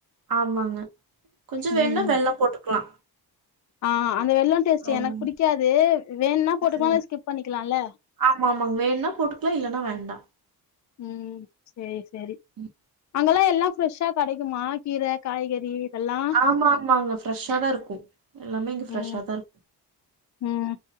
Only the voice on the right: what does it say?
ஆமாங்க கொஞ்ச
வேண்ணா வெல்லம் போட்டுக்கலா
ம்
ம்
ஆமா ஆமாங்க வேண்ணா போட்டுக்கலா இல்லன்னா வேண்டா
ம்.
ஆமா ஆமாங்க ஃப்ரெஷ்ஷா தா இருக்கு எல்லாமே இங்க ஃப்ரெஷ்ஷா
தா இருக்